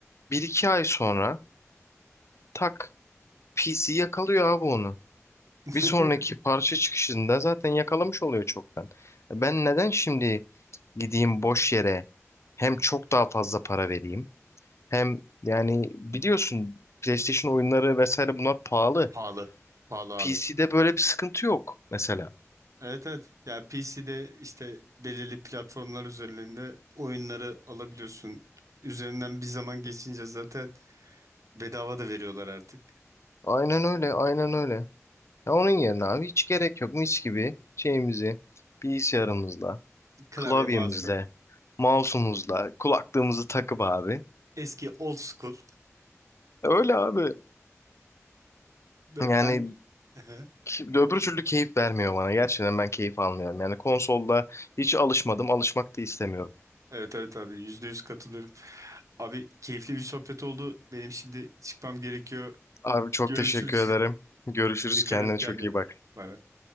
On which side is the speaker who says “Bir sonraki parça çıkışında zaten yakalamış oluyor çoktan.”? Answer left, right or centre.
Left